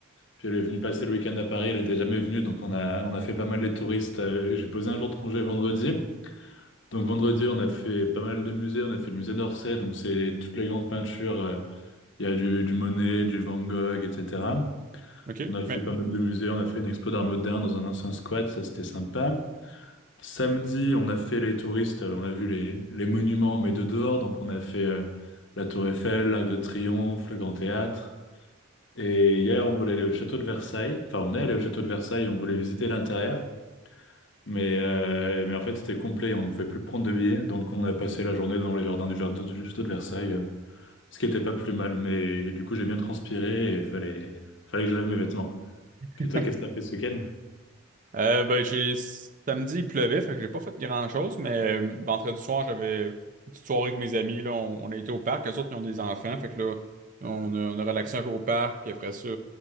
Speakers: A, on the left (about 60°); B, on the right (about 40°).
A: Puis elle est venue passer le week-end à Paris, elle était jamais venue, donc on a, on a fait pas mal les touristes. Euh, J'ai posé un jour de congé vendredi. Donc vendredi on a fait pas mal de musées, on a fait le musée d'Orsay, donc c'est toutes les grandes peintures. euh, Il y a du, du Monet, du Van Gogh, etc.
B: OK,
A: On a fait
B: mais...
A: pas mal de musées, on a fait une expo d'art moderne dans un ancien squat, ça c'était sympa. Samedi, on a fait les touristes, euh, on a vu les, les monuments, mais de dehors. Donc, on a fait euh, la Tour Eiffel, l'Arc de Triomphe, le Grand Théâtre. Et hier, on voulait aller au château de Versailles. Enfin, on est allé au château de Versailles, on voulait visiter l'intérieur. Mais, euh, mais en fait, c'était complet, on ne pouvait plus prendre de billets. Donc, on a passé la journée dans les jardins du, jardin- du château de Versailles, euh, ce qui n'était pas plus mal. Mais du coup, j'ai bien transpiré et fallait, fallait que je lave mes vêtements. Puis
B: <laughs>
A: toi, qu'est-ce que t'as fait ce week-end?
B: Euh, ben, j'ai samedi, il pleuvait, fait que j'ai pas fait grand-chose, mais euh, vendredi soir, j'avais une petite soirée avec mes amis. Là, on, on a été au parc, eux autres, ils ont des enfants, fait que là, on a, on a relaxé un peu au parc, puis après ça,